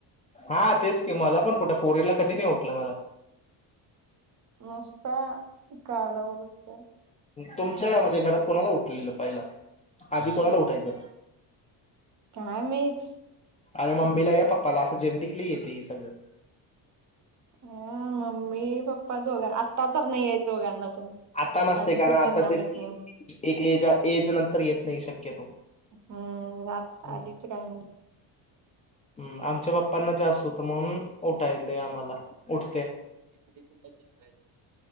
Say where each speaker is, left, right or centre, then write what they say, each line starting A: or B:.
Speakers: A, on the left (about 20°); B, on the right (about 45°).
A: हा तेच क मला पण कुठं फोर एल ला कधी नाही उटलं मला
B: नुसता गालावर उठत्यात
A: तुमच्या म्हणजे घरात कोणाला उठलेलं पहिला आधी कोणाला उठायचं
B: काय माइत
A: अरे मम्मीला या पप्पाला असं जेनटिकली येत हे सगळं.
B: अ मम्मी पप्पा दोघां आत्ता तर नाहीय दोघांना. पण
A: आता नसते
B: आधीच
A: कारण
B: त्यांना
A: आता ते
B: माहित नाही
A: एक एज एज नंतर येत नाही शक्यतो.
B: हम्म
A: हम्
B: आधीच काय
A: हम आमच्या बाप्पांना जास्त होत म्हणून उठायल आम्हाला उठ
B: का चितराय